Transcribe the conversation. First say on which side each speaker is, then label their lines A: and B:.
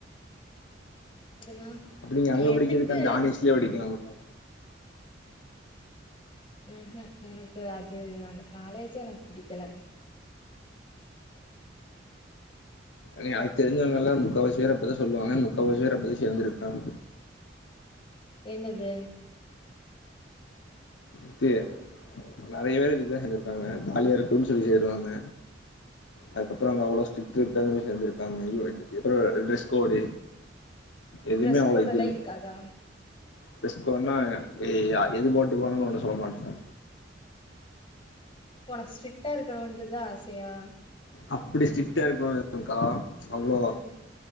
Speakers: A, on the left; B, on the left.
A: <unintelligible>
B: அப்டி நீங்க அங்க
A: எதுக்கு
B: படிக்குறதுக்கு அந்த ஆனிஸ்லயே படிக்கலாம்ல
A: உஹீம் எனக்கு அது அந்த காலேஜே எனக்கு பிடிக்கல
B: நீ அது தெரிஞ்சவங்கல்லாம் முக்காவாசி பேர் அப்டிதான் சொல்வாங்க முக்கால் வாசிபேர் அப்டிதான் சேர்ந்திருக்காங்க
A: என்னது
B: த்தி நறையா பேர் இதுக்குதான் சேந்துருக்காங்க ஜாலியா இருக்கும் சொல்லி சேருவாங்க அதுக்கப்பறோ அங்க அவ்ளோ ஸ்ட்ரிட்டு <unintelligible> சேந்திருக்காங்க ஐய்யோ ரெண்டு எ அப்பறோ எ டிரெஸ் கோடு எதுமே
A: ட்ரெஸ்
B: அவ்ளோ
A: கோடெல்லா
B: இது இல்ல
A: இருக்காதா
B: டிரஸ் கோடுனா எ அ எது போட்டு போனாலும் ஒண்ணும் சொல்ல மாட்டாங்க
A: உனக்கு ஸ்ட்ரிக்டா இருக்கணும்ன்றதுதான் ஆசையா
B: அப்டி ஸ்ட்ரிக்டா இருக்கனும் இல்லகா அவ்ளோ
A: ம்